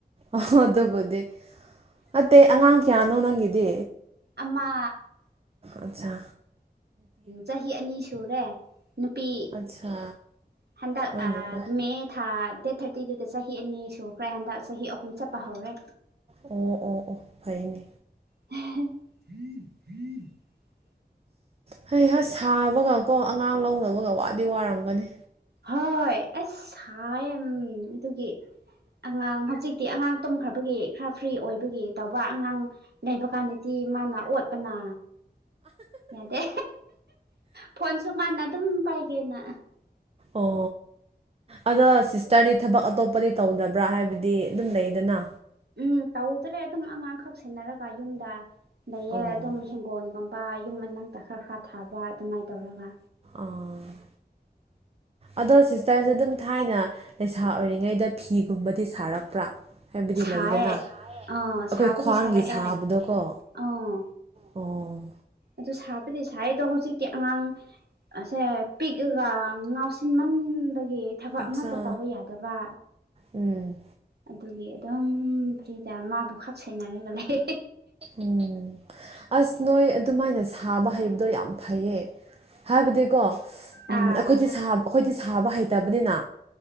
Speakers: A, on the right; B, on the right.
A: ꯑꯣ ꯑꯗꯨꯣꯕꯨꯣꯗꯦ ꯃꯠꯇꯦ ꯑꯉꯥꯡ ꯀꯌꯥꯅꯣ ꯅꯪꯗꯤ
B: ꯑꯃ
A: ꯑꯆꯥ
B: ꯆꯍꯤ ꯑꯅꯤ ꯁꯨꯔꯦ ꯅꯨꯄꯤ
A: ꯑꯠꯁꯥ
B: ꯍꯟꯗꯛ
A: ꯍꯣꯏꯅꯦꯀꯣ
B: ꯃꯦ ꯊꯥ ꯗꯦꯠ ꯊꯥꯔꯇꯤ ꯑꯇꯤꯗꯨꯗ ꯆꯍꯤ ꯑꯅꯤ ꯁꯨꯈ꯭ꯔꯦ ꯍꯟꯗꯛ ꯆꯍꯤ ꯑꯍꯨꯝ ꯆꯠꯄ ꯍꯧꯔꯦ
A: ꯑꯣ ꯑꯣ ꯑꯣ ꯐꯅꯦ
B: ꯐ
A: ꯍꯣꯏ ꯍꯁ ꯁꯥꯕꯒ ꯀꯣ ꯑꯉꯥꯡ ꯂꯧꯅꯕꯒ ꯋꯥꯗꯤ ꯋꯥꯔꯝꯒꯅꯤ
B: ꯍꯣꯏ ꯑꯁ ꯁꯥꯏ ꯑꯗꯨꯒꯤ ꯑꯉꯥꯡ ꯍꯧꯖꯤꯛꯇꯤ ꯑꯉꯥꯡ ꯇꯨꯝꯈ꯭ꯔꯕꯒꯤ ꯈꯔ ꯐ꯭ꯔꯤ ꯑꯣꯏꯕꯒꯤ ꯇꯧꯕ ꯑꯉꯥꯡ ꯂꯩꯕ ꯀꯥꯟꯗꯗꯤ ꯃꯥꯅ ꯑꯣꯠꯄꯅ ꯌꯥꯗꯦ ꯐꯣꯟꯁꯨ ꯃꯥꯅ ꯑꯗꯨꯝ ꯄꯥꯏꯒꯦꯅ
A: ꯑꯣ ꯑꯗꯣ ꯁꯤꯁꯇꯔꯗꯤ ꯊꯕꯛ ꯑꯇꯣꯞꯄꯗꯤ ꯇꯧꯗꯕ꯭ꯔꯥ ꯍꯥꯏꯕꯗꯤ ꯑꯗꯨꯝ ꯂꯩꯗꯅ
B: ꯎꯝ ꯇꯧꯗ꯭ꯔꯦ ꯑꯗꯨꯝ ꯑꯉꯥꯡꯈꯛ ꯁꯦꯟꯅꯔꯒ ꯌꯨꯝꯗ ꯂꯩꯌꯦ
A: ꯑꯣ
B: ꯑꯗꯨꯝ ꯍꯤꯡꯒꯣꯜꯒꯨꯝꯕ ꯌꯨꯝ ꯃꯅꯥꯛꯇꯛ ꯈꯔ ꯈꯔ ꯊꯥꯕ ꯑꯗꯨꯃꯥꯏꯅ ꯇꯧꯔꯒ
A: ꯑꯥ ꯑꯗꯣ ꯁꯤꯁꯇꯔꯁꯦ ꯑꯗꯨꯝ ꯊꯥꯏꯅ ꯂꯩꯁꯥ ꯑꯣꯏꯔꯤꯉꯩꯗ ꯐꯤꯒꯨꯝꯕꯗꯤ ꯁꯥꯔꯛꯄ꯭ꯔꯥ ꯍꯥꯏꯕꯗꯤ
B: ꯁꯥꯏꯌꯦꯦ
A: ꯂꯩꯗꯅ
B: ꯑꯥ
A: ꯑꯩꯈꯣꯏ
B: ꯁꯥꯕꯨꯗꯤ
A: ꯈ꯭ꯋꯥꯡꯒꯤ
B: ꯁꯥꯔꯛꯑꯦ
A: ꯁꯥꯕꯗꯣꯀꯣ
B: ꯑꯥ
A: ꯑꯣ
B: ꯑꯗꯨ ꯁꯥꯕꯗꯤ ꯁꯥꯏ ꯑꯗꯣ ꯍꯧꯖꯤꯛꯇꯤ ꯑꯉꯥꯡ ꯑꯁꯦ ꯄꯤꯛꯑꯒ ꯉꯥꯎꯁꯤꯟꯃꯟ ꯒꯤ ꯊꯕꯛ
A: ꯑꯠꯆꯥ
B: ꯑꯃꯠꯇ ꯇꯧꯕ ꯌꯥꯗꯕ
A: ꯎꯝ
B: ꯑꯗꯨꯒꯤ ꯑꯗꯨꯝ ꯐꯔꯤꯗ ꯃꯥꯕꯨ ꯈꯥꯛ ꯁꯦꯟꯅꯔꯒ ꯂꯩ
A: ꯎꯝ ꯑꯁ ꯅꯣꯏꯣꯏ ꯑꯗꯨꯃꯥꯏꯅ ꯁꯥꯕ ꯍꯕꯗꯣ ꯌꯥꯝ ꯐꯩꯌꯦ ꯍꯥꯏꯕꯗꯤꯀꯣ ꯑꯩꯈꯣꯏꯗꯤ
B: ꯑꯥ
A: ꯁꯥꯕ ꯑꯩꯈꯣꯏꯗꯤ ꯁꯥꯕ ꯍꯩꯇꯕꯅꯤꯅ